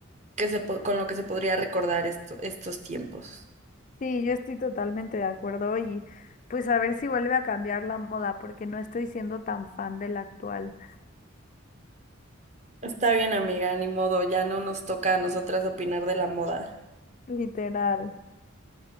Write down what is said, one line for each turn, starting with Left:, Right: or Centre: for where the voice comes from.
Right: que se po- con lo que se podría recordar esto- estos tiempos.
Left: Sí, yo estoy totalmente de acuerdo y pues a ver si vuelve a cambiar la moda, porque no estoy siendo tan fan de la actual,
Right: Está bien, amiga, ni modo, ya no nos toca a nosotras opinar de la moda.
Left: literal.